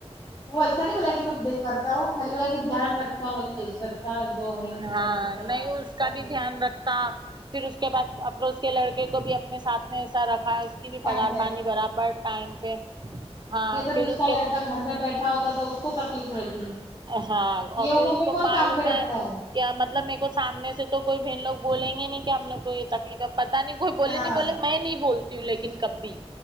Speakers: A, on the left; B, on the right.
A: وہ ایسا نہیں بولا کہ میں دیک کرتا ہوں خالی بولا دھیان رکھتا ہوں بولے عشرت کا جو ہے تھوڑا
B: ہاں
A: خرچہ
B: نہیں
A: پانی
B: اس
A: کا کر
B: بھی
A: لیتا
B: دھیان
A: ہوں
B: رکھتا کا پھر اس کے بعد افروز کے لڑکے کو بھی اپنے ساتھ میں ایسا رکھا ہے اس کی بھی
A: کام
B: پگار
A: پہ
B: پانی برابر ٹائم پہ ہاں
A: یا تبھی
B: پھر
A: اس کا
B: کے
A: لڑکا گھر میں بیٹھا ہوتا تو اس کو تکلیف رہتی
B: ہاں اور
A: یہ عمر
B: پھر اس
A: میں
B: کو معلوم
A: کون کام پہ
B: ہے
A: رکھتا
B: کیا مطلب میرے کو سامنے سے تو کوئی بہن لوگ بولیں گے نہیں کہ ہم لوگ کو یہ تکلیف ہے پتا نہیں کوئی بولے
A: ہاں
B: نہیں بولے میں نہیں بولتی ہوں لیکن کب بھی